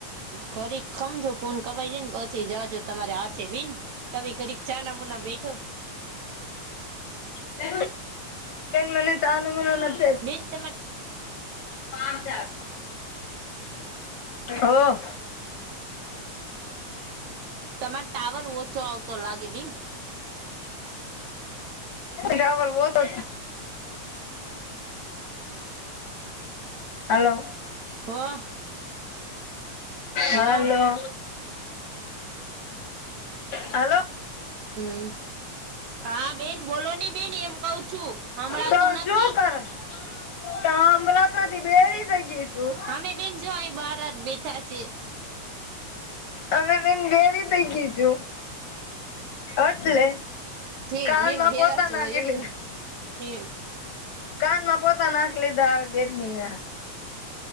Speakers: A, on the right (about 75°); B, on the left (about 60°).
A: ઘરી ખમજો ફોન કપાઈ જેને પછી જાજો તમારે હાથે ભીન તમે કડીક ચા નમૂના બેઠો
B: બે મને તનુંમ
A: બેન તમારે
B: પાચ ઓહ
A: તમારો ટાવર ઓછો આવતો લાગે ભીન
B: જાવર વહ તો હલો
A: હો હો
B: હાલો હલો
A: હમ હા બેન બોલો ની બેન એમ કઉ છું હમભણાં
B: તો
A: તું નથી
B: શું કરે તો હભળાતું નથી બેરી થઈ ગઈ છું
A: અમે બેન જો અય બારા બેઠા છીએ
B: અમે બેન ગેલી થઇ ગયી છું. એટલે
A: ઠીક
B: કાનમાં
A: બેન બેરા
B: પોતા
A: છે
B: નાખી
A: હોય એમને
B: લીધા
A: ઠીક
B: કાનમાં પોતા નાખ લીધા એટલે